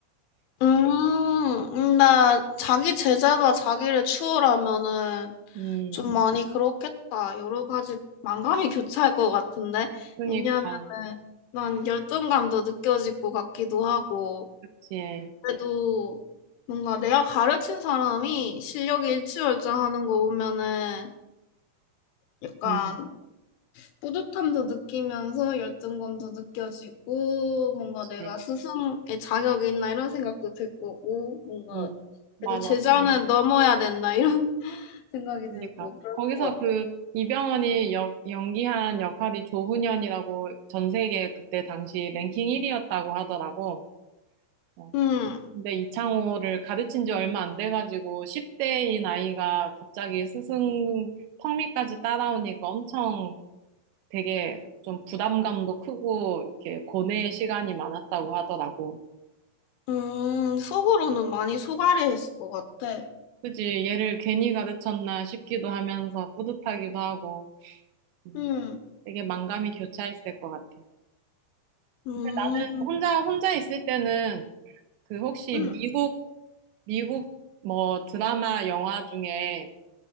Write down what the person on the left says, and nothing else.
음, 나 자기 제자가 자기를 추월하면은
좀 많이 그렇겠다. 여러 가지 만감이 교차할 것 같은데.
왜냐면은 난 열등감도 느껴질 것 같기도 하고.
그래도 뭔가 내가 가르친 사람이 실력이 일취월장하는 거 보면은 약간
뿌듯함도 느끼면서 열등감도 느껴지고 뭔가
내가 스승의 자격이 있나 이런 생각도 들 거고 뭔가
그래도 제자는 넘어야 된다 이런 <laughs> 생각이
들고 그럴
것
같아.
음.
음, 속으로는 많이 속앓이했을 것 같아.
음...
음,
음.